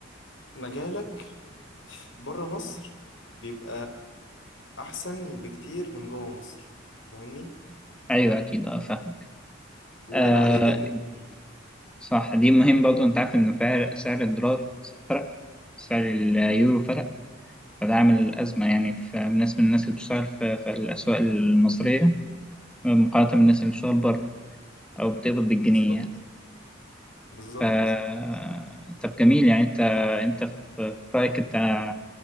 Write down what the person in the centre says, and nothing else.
ايوه اكيد اه فاهم
آه
صح دي مهم برضه انت عارف ان فعر- سعر الدولار فرق سعر اليورو فرق فده عامل ازمه يعني في بالنسبه للناس اللي بتشتغل في, في الاسواق المصريه مقارنه بالناس اللي بتشتغل بره او بتقبض بالجنيه
يعني
ف طب جميل يعني انت انت في في رايك انت